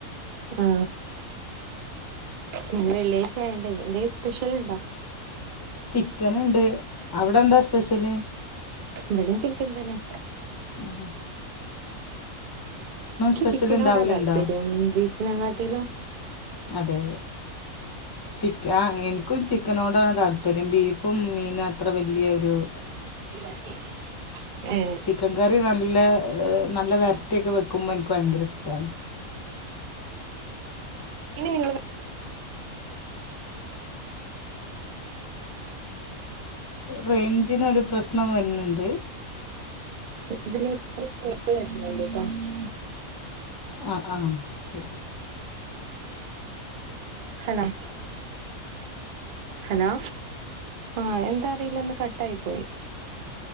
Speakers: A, on the right; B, on the left.
A: ആ ഇന്ന് വെള്ളിയായ്ചായോണ്ടെയ് എന്തേലും സ്പെ ഷല്ലുണ്ടോ?
B: ചിക്കൻ ഉണ്ട് അവിടെ എന്താ സ്പെഷ്യല്?
A: ഇവടിൻ ചിക്കൻ തന്നെ.
B: മ്
A: ചിക്കനോടാ
B: സ്പെഷ്യൽ ഉണ്ടാവലുണ്ടോ
A: താല്പര്യം ബീഫിനെകാട്ടിലും.
B: അതെ ചിക്ക ആ ഇനിക്കും ചിക്കനോടാണ് താല്പര്യം ബീഫും മീനും അത്ര വല്ിയ ഒരു
A: <unintelligible> ഏഹ്
B: ചിക്കന് കറി നല്ല നല്ല വെരെറ്റിയൊക്കെ വെക്കുമ്പ ഇനിക്ക് ഭയങ്കര ഇഷ്ടാണ്.
A: ഇനി നിങ്ങ
B: റേഞ്ചിനൊരു പ്രശ്നം വരുന്നുണ്ട്.
A: <unintelligible>
B: ആ ആ ശരി.
A: ഹലോ ഹലോ ആഹ എന്താ അറിയില ഒന്ന് കട്ടായി പോയി.